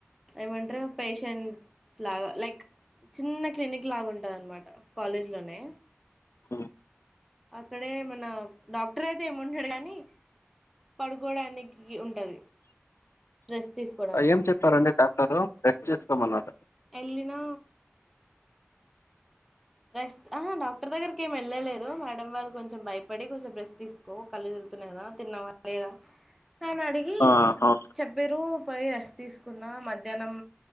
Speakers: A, in the centre; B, on the left (about 85°).
A: ఏమంటారుే పేషెంట్స్ లాగా లైక్ చిన్న క్లినిక్ లాగుంటంది అనమాట కాలేజ్ లోనే
B: ఆ
A: అక్కడే మన డాక్టర్ అయితే ఏమంటాడు కాగాని పడుకోడానికి ఉంటుంది రెస్ట్ తీసుకో
B: ఏం చెప్పారంండి డాక్టరు రెస్ట్ చేసుకోమన్నారా
A: ఎళ్ళిన రెస్ట్ ఆహా డాక్టర్ దగ్గరకిమి వెళ్లేదు మేడంమ్ వాళ్ళు కొంచెం భయపడి కొంచెం రేస్ తీసు కో కళ్ళు తిరుతున్నాయికాదా తిన్నవా లేదా అని అడిగి
B: ఆ ఓకే
A: చెప్పారు పోయ రెస్ట్ తీసుకున్న మద్ ధ్యాహ్నం